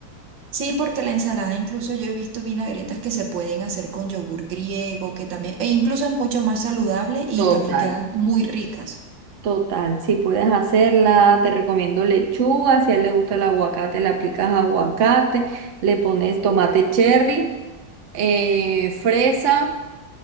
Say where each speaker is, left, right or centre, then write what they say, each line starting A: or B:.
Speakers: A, on the right (about 85°); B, on the right (about 50°).
A: sí, porque la ensalada incluso yo he visto vinagretas que se pueden hacer con yogur griego, que también, e incluso es mucho más saludable y
B: Total.
A: también quedan muy ricas.
B: Total, si puedes hacerla, te recomiendo lechuga, si a él le gusta el aguacate, le aplicas aguacate, le pones tomate cherry, eh, fresa